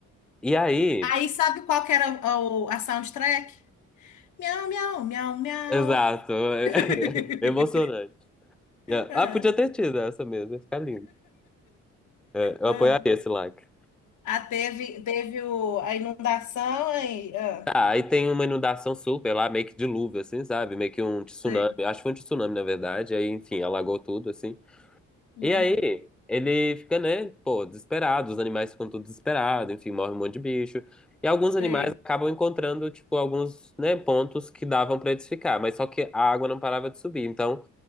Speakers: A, in the centre; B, on the left.
A: E aí,
B: Aí sabe qual que era o- o- a soundtrack? Miau, miau, miau, miau.
A: exato,
B: <laughs>
A: <laughs> emocionante.
B: Ah,
A: Ah, podia ter tido essa mesmo, ia ficar lindo. É, eu
B: ah.
A: apoiaria esse like.
B: Ah, teve, teve o, a inundação aí. Ah,
A: Tá, aí tem uma inundação super lá, meio que dilúvio, assim, sabe? Meio que um tsunami.
B: sei.
A: Acho que foi um tsunami, na verdade. Aí, enfim, alagou tudo, assim.
B: Hum,
A: E aí, ele fica, né, pô, desesperado. Os animais ficam tudo desesperados, enfim, morre um monte de bicho. E alguns animais
B: sei.
A: acabam encontrando, tipo, alguns, né, pontos que davam pra eles ficar. Mas só que a água não parava de subir. Então,